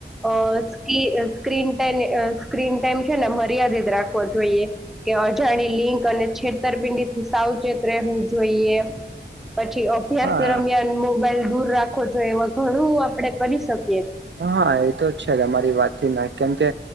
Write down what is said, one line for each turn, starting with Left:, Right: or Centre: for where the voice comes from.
Centre: અ સ્કી સ્ક્રીન ટાઈમ. સ્ક્રીન ટાઈમ છે ને, મર્યાદિત રાખવો જોઈએ કે, અજાણી લિંક અને છે. ઉત્તરપિંડી થી સાવચેત રહેવું જોઈએ, પછી અભ્યાસ
Right: હા
Centre: દરમિયાન મોબાઈલ દૂર રાખો જોઈ, એવા ઘણું આપડે કરી શકે.
Right: હ હા, એતો જ છે. અમારી વાતથી મે કેમ કે.